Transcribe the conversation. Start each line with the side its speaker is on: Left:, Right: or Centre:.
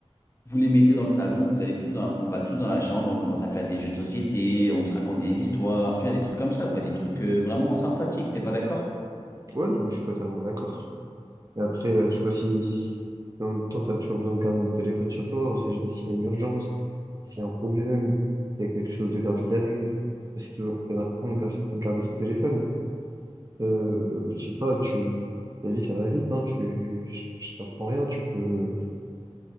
Left: vous les mettez dans le salon, vous allez tous dans- on va tous dans la chambre, on commence à faire des jeux de société, on se raconte des histoires, tu vois, des trucs comme ça, quoi, des trucs euh, vraiment sympathiques, t'es pas d'accord?
Right: Ouais, non, mais je suis totalement d'accord. Et après, euh, tu vois, si, si en même temps, t'as toujours besoin de garder le téléphone sur toi, on sait jamais s'il y a une urgence, s'il y a un problème, s'il y a quelque chose de grave qui arrive. Bah, C'est toujours très important de gar- garder son téléphone. Euh, je dis pas, tu, la vie, ça va vite, hein, tu, je, je t'apprends rien, tu peux, euh,